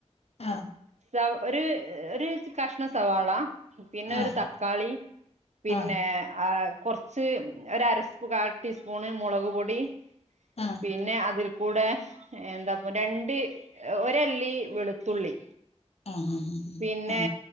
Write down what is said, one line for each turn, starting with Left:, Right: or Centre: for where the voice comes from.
Left: ആ
Right: സ ഒര് ഒര് കഷ്ണം സവാള പിന്നെ
Left: ആഹ്
Right: ഒരു തക്കാളി പിന്നെ
Left: ആഹ്
Right: ആ - കുർച്ച് ഒരരസ്പു കൽ ടീസ്പൂണ് മുളക് പൊടീം.
Left: അ
Right: പിന്നെ അതിൽ കൂടെ എന്താപ്പൊ രണ്ട്. ഒരെല്ലി വെളുത്തുള്ളി.
Left: അഹ ഹ ഹഹ
Right: പിന്നെ
Left: അ